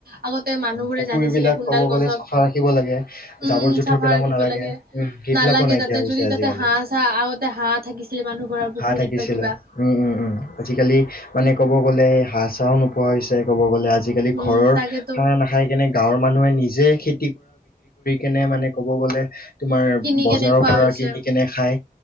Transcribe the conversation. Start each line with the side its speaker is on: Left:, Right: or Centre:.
Right: আগতে মানুহবোৰে
Left: পুখুৰী
Right: জানিছিলে
Left: বিলাক
Right: কোনডাল
Left: ক'ব
Right: গছক
Left: গ'লে চফা ৰাখিব লাগে।
Right: উম,
Left: জাবৰ -জোঁথৰ
Right: চাফা
Left: পেলাব
Right: ৰাখিব
Left: নালাগে।
Right: লাগে।
Left: উম, সেইবিলাকো
Right: নালাগে
Left: নাইকিয়া
Right: তাতে
Left: হৈছে
Right: যদি তাতে
Left: আজিকালি।
Right: হাঁহ চাহ আগতে হাঁহ থাকিছিলে মানুহ ঘৰৰ পুখুৰীত
Left: হাঁহ থাকিছিল।
Right: বা কিবা
Left: উম! উম! উম! আজিকালি মানে, ক'ব গ'লে হাঁহ চাঁও নোপোৱা হৈছে। ক'ব গ'লে আজিকালি,
Right: উম
Left: ঘৰৰ
Right: তাকেতো
Left: খানা নাখায় কেনে গাঁৱৰ মানুহে নিজে খে এনে মানে, ক'ব গ'লে তোমাৰ
Right: কিনি
Left: বজাৰৰ
Right: কেনে খোৱা
Left: পৰা
Right: হৈছে
Left: কিনি কেনে খায়।